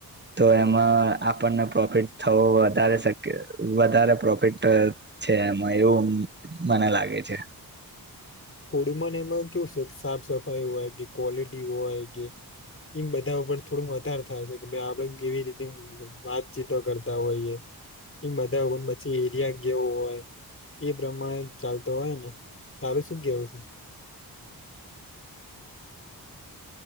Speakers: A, on the right; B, on the left.
A: તો એમાં આપણને પ્રોફિટ થવો વધારે શક વધારે પ્રોફિટ છે એમાં એવું મને લાગે છે
B: ફૂડમાંન એમાં કેવું છે સાફ સફાઈ હોય કે ક્વોલિટી હોય કે એમ બધા ઉપર થોડુંક વધારે થાય છે કે ભાઈ આપડે કેવી રીતે વાતચીતો કરતા હોઈએ એમ બધાર પછી એરિયા કેવો હોય એ પ્રમાણે ચાલતો હોય ને તારેું શું કેવું છે